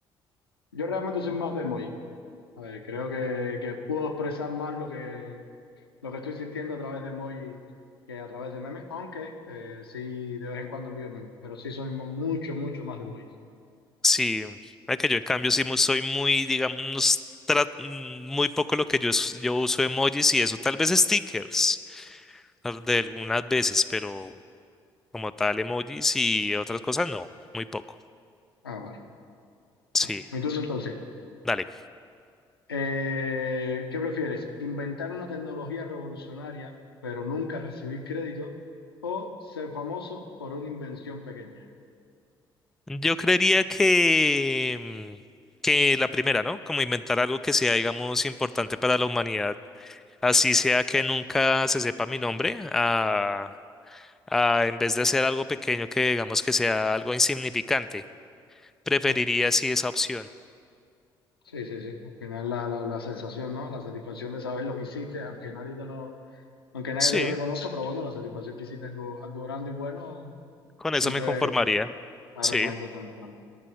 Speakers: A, on the left; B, in the centre.
A: Yo realmente soy más de emoji. A ver, creo que, que puedo expresar más lo que, lo que estoy sintiendo a través de emoji que a través de memes, aunque eh, sí de vez en cuando envío memes, pero sí soy mu- mucho, mucho más de emoji.
B: Sí, mira que yo en cambio sí mu- soy muy, digamos, tra- mm, muy poco lo que yo, us- yo uso emojis y eso, tal vez stickers al- de algunas veces, pero como tal emojis y otras cosas no, muy poco.
A: Ah, vale.
B: Sí,
A: Vale, mi turno entonces.
B: dale.
A: Eh, ¿qué prefieres? ¿Inventar una tecnología revolucionaria pero nunca recibir crédito? ¿O ser famoso por una invención pequeña?
B: Yo creería que, mm, que la primera, ¿no? Como inventar algo que sea, digamos, importante para la humanidad. Así sea que nunca se sepa mi nombre, a, a en vez de hacer algo pequeño que digamos que sea algo insignificante. Preferiría
A: Claro,
B: sí esa opción.
A: sí, sí, sí. Al final la, la- la sensación, ¿no? La satisfacción de saber lo que hiciste, aunque nadie te lo, aunque nadie
B: Sí,
A: te lo reconozca, pero bueno, la satisfacción que hiciste algo, algo grande y bueno,
B: con eso
A: siempre,
B: me conformaría.
A: claro,
B: Sí,
A: es más importante, claro.